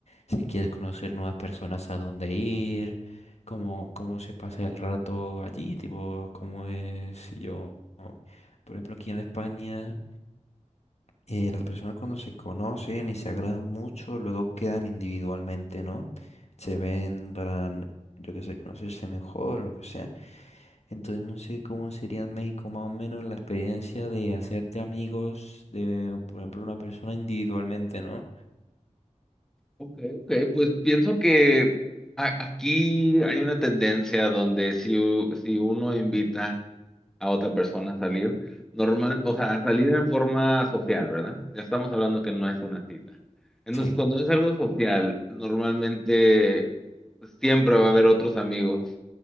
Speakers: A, on the left; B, in the centre.
A: si quieres conocer nuevas personas a dónde ir, cómo, cómo se pasa el rato allí, tipo, cómo es si yo, por ejemplo, aquí en España eh, las personas cuando se conocen y se agradan mucho, luego quedan individualmente, ¿no? Se ven para, yo qué sé, conocerse mejor o lo que sea. Entonces no sé cómo sería en México más o menos la experiencia de hacerte amigos de, por ejemplo, una persona individualmente, ¿no?
B: Ok, ok, pues pienso que a- aquí hay una tendencia donde si, u- si uno invita a otra persona a salir. Normal, o sea, a salir en forma social, ¿verdad? Ya estamos hablando que no es una cita. Entonces,
A: Sí.
B: cuando es algo social, normalmente siempre va a haber otros amigos